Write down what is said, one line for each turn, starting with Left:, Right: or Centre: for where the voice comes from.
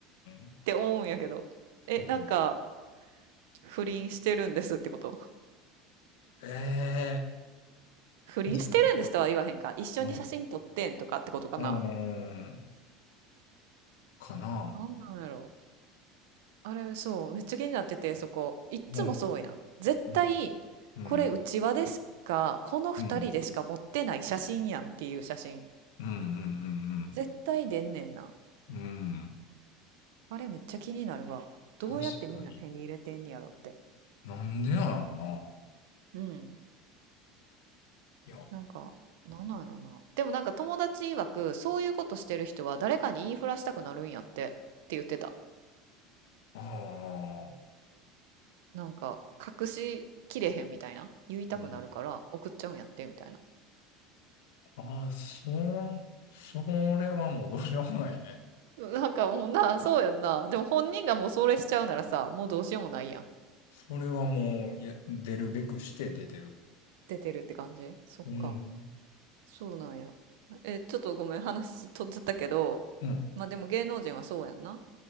Left: ん。
Right: て思うんやけど。え、
Left: うん、
Right: なんか、不倫してるんですってこと
Left: ええ
Right: 不倫してるんですとは言わへんか。
Left: ー確かに。
Right: 一緒に写真撮ってんとかってことかな。
Left: うん。うーん。かな。
Right: なんなんやろ。あれ、そう、めっちゃ気になってて、そこ。いっつもそうやん。
Left: うん。
Right: 絶対、
Left: うん。うん。
Right: これ、うちわでしか、この二人でしか持ってない写真やんっていう写真。
Left: うん。うん。うん。うん。
Right: 絶対出んねんな。
Left: うんうん
Right: あれ、めっちゃ気になるわ。どうやってみんな手に入れてんやろって。
Left: 確かに。なんでなのな。
Right: うん。
Left: いや。あ
Right: なんか、なんなんやろな。でもなんか友達曰く、そういうことしてる人は誰かに言いふらしたくなるんやってって言ってた。
Left: あ。
Right: なんか、隠しきれへんみたいな。言いたくなるから送っちゃうんやってみたいな。
Left: うん。ああ、そ、それはもうどうしようもないね。
Right: なんかもうな、そうやんな。でも本人がもうそれしちゃうならさ、もうどうしようもないやん。
Left: それはもう、いや、出るべくして出てる。
Right: 出てるって感じそっか。
Left: うん。
Right: そうなんや。え、ちょっとごめん、話飛んじゃったけど、
Left: うん。
Right: まあでも芸能人はそうやんな。